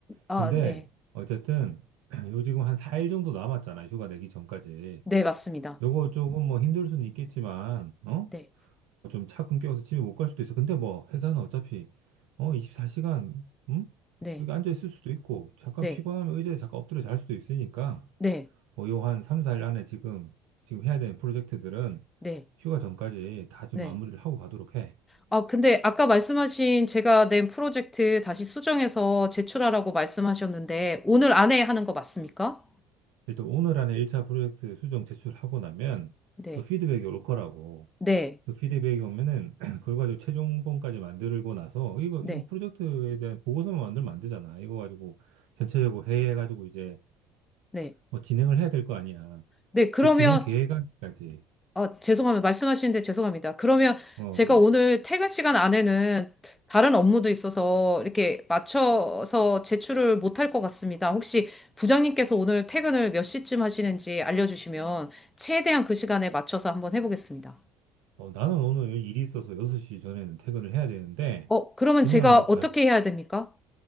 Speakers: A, on the left; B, on the right.
A: 아,
B: 근데
A: 네.
B: 어쨌든 <clears throat> 요 지금 한 4일 정도 남았잖아. 휴가 내기 전까지.
A: 네, 맞습니다.
B: 요거 조금 뭐 힘들 수는 있겠지만 어?
A: 네.
B: 좀 차 끊겨서 집에 못 갈 수도 있어. 근데 뭐 회사는 어차피 어 24시간 응?
A: 네.
B: 여기 앉아 있을 수도 있고 잠깐
A: 네.
B: 피곤하면 의자에 잠깐 엎드려 잘 수도 있으니까
A: 네.
B: 어, 요한 3, 4일 안에 지금 지금 해야 되는 프로젝트들은
A: 네.
B: 휴가 전까지 다 좀
A: 네.
B: 마무리를 하고 가도록 해.
A: 아, 근데 아까 말씀하신 제가 낸 프로젝트 다시 수정해서 제출하라고 말씀하셨는데, 오늘 안에 하는 거 맞습니까?
B: 일단 오늘 안에 1차 프로젝트 수정 제출하고 나면
A: 네.
B: 또 피드백이 올 거라고.
A: 네.
B: 그 피드백이 오면은 <clears throat> 그걸 가지고 최종본까지 만들고 나서 이거
A: 네.
B: 이거 프로젝트에 대한 보고서만 만들면 안 되잖아. 이거 가지고 전체적으로 회의해가지고 이제
A: 네.
B: 뭐 진행을 해야 될 거 아니야.
A: 네. 그러면,
B: 그 진행 계획안까지.
A: 아, 죄송합니다. 말씀하시는데 죄송합니다. 그러면
B: 어,
A: 제가
B: 그래.
A: 오늘 퇴근 시간 안에는 다른 업무도 있어서 이렇게 맞춰서 제출을 못할 것 같습니다. 혹시 부장님께서 오늘 퇴근을 몇 시쯤 하시는지 알려주시면 최대한 그 시간에 맞춰서 한번 해보겠습니다.
B: 어, 나는 오늘 일이 있어서 6시 전에는 퇴근을 해야 되는데,
A: 어, 그러면
B: 그냥
A: 제가
B: 뭐
A: 어떻게
B: 다,
A: 해야 됩니까?